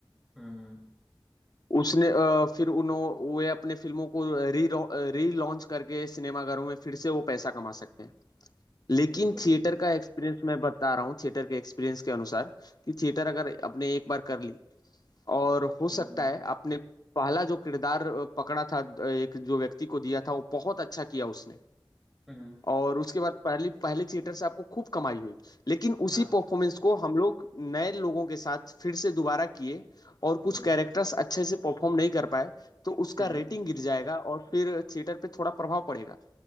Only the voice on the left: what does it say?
उसने अ, फिर उन्होंने वे अपने फिल्मों को री री लॉन्च करके सिनेमाघरों में फिर से वो पैसा कमा सकते हैं लेकिन
थिएटर का एक्सपीरियंस मैं बता रहा हूँ थिएटर के एक्सपीरियंस के अनुसार कि थिएटर अगर आपने एक बार कर ली और हो
सकता है आपने पहला जो किरदार अ, पकड़ा था अ, एक जो व्यक्ति को दिया था वो बहुत अच्छा किया उसने
और उसके बाद पहली पहले थिएटर से आपको खूब कमाई हुई लेकिन उसी
परफॉर्मेंस को हम लोग नए लोगों के साथ फिर से दोबारा किए और कुछ
कैरेक्टर्स अच्छे से परफॉर्म नहीं कर पाए तो उसका
रेटिंग गिर जाएगा और फिर थिएटर पे थोड़ा प्रभाव पड़ेगा